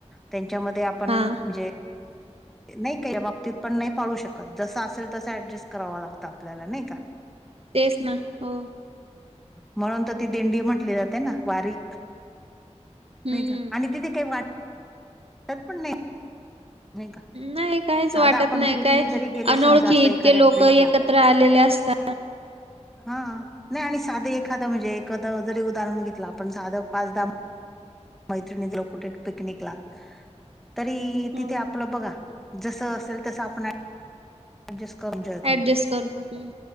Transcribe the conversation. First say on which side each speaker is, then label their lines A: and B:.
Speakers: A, in the centre; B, on the right (about 55°).
A: त्यांच्यामध्ये आपण
B: हा
A: म्हणजे नाही का, या बाबतीत पण नाही पाळू शकत, जसं असेल तसं ॲडजस्ट करावं लागतं, आपल्याला नाही का?
B: तेच ना, हो.
A: म्हणून तर ती दिंडी म्हंटली जाते ना, वारी.
B: हम्म
A: नही का, आणि तिथे काही वाटत पण नाही. नाही का
B: नाही काहीच
A: साधा
B: वाटत
A: आपण
B: नाही,
A: ग्रुपनी
B: काय
A: जरी गेलो
B: अनोळखी
A: समजा असं
B: इतके
A: एखाद्या
B: लोक
A: ट्रिपला
B: ए कत्र आलेले असता
A: हा, नाही आणि साधं एखाद म्हणजे, एखद जरी उदाहरण घेतलं, आपण साधं पाच दहा मैत्रिणीत लो कुठे पिकनिकला, तरी
B: हो
A: तिथे आपलं बघा जसं असेल तसं आपण ॲ ॲडजस्ट करुन एंजॉय करतो,
B: ऍडजस्ट हम्म.